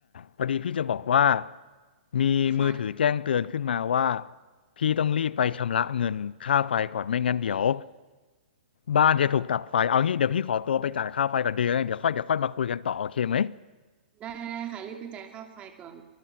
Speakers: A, on the left; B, on the right.
A: พอดีพี่จะบอกว่ามีมือถือแจ้งเตือนขึ้นมาว่า
B: ค่ะ
A: พี่ต้องรีบไปชำระเงินค่าไฟก่อนไม่งั้นเดี๋ยว
B: โอ้โห
A: บ้านจะถูกตัดไฟเอางี้เดี๋ยวพี่ขอตัวไปจ่ายค่าไฟก่อนเดี๋ยวยังไงเดี๋ยวค่อยเดี๋ยวค่อยมาคุยกันต่อโอเคไหม
B: ได้ได้ค่ะรีบไปจ่ายค่าไฟก่อน